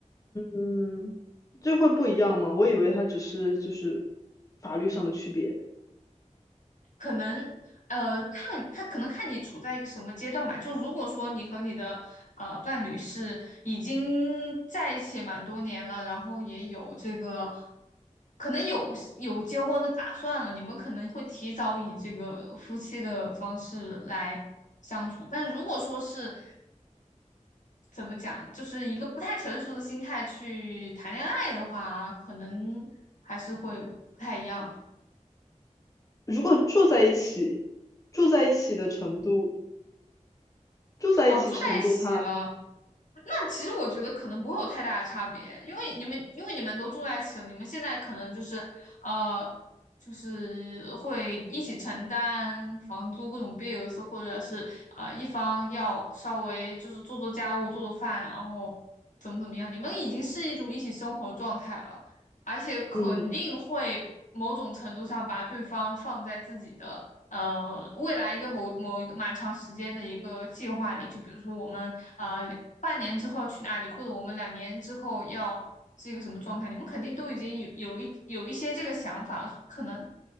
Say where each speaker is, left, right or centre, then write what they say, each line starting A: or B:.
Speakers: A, on the left (about 25°); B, on the left (about 80°).
A: 嗯，这会不一样吗？我以为它只是就是法律上的区别。
B: 可能呃看他可能看你处在一个什么阶段吧。就如果说你和你的呃伴侣是已经在一起蛮多年了，然后也有这个可能有有结婚的打算了，你们可能会提早以这个夫妻的方式来相处。但如果说是怎么讲，就是一个不太成熟的心态去谈恋爱的话，可能还是会不太一样的。
A: 如果住在一起，住在一起的程度，住在一起程度它，
B: 哦，住在一起了。那其实我觉得可能不会有太大的差别，因为你们因为你们都住在一起了，你们现在可能就是呃，就是会一起承担房租各种 bills，或者是啊、呃一方要稍微就是做做家务、做做饭，然后怎么怎么样，你们已经是一种一起生活的状态了，而且肯定会某种程度上把对方放在自己的呃未来一个某某一个蛮长时间的一个计划里，
A: 嗯。
B: 就比如说我们呃半年之后要去哪里，或者我们两年之后要是一个什么状态，你们肯定都已经有有一有一些这个想法，可能